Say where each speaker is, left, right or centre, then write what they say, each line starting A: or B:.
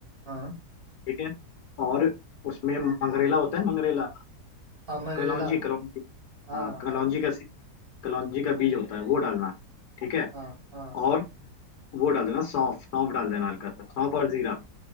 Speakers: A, on the right; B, on the left.
A: हाँ
B: ठीक है और उसमें मंगरेला होता है मंगरेला
A: अमरेला
B: कलौंजी कलौंजी
A: हाँ
B: हाँ कलौंजी
A: हाँ
B: का सी- कलौंजी का बीज होता है वो डालना ठीक है
A: हाँ हाँ
B: और वो डाल देना सौंफ सौंफ डाल देना हल्का सा सौंफ और जीरा